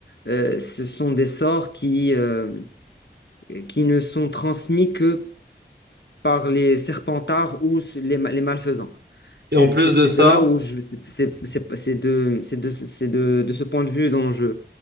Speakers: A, on the left (about 65°); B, on the right (about 65°).
A: Euh, ce sont des sorts qui euh, qui ne sont transmis que par les serpentards ou s- les, ma- les malfaisants. C'est
B: Et en plus
A: c'est- c'est
B: de ça.
A: de là où je, c'est c'est- c'est- c'est de, c'est de, c'est de, de ce point de vue dont je,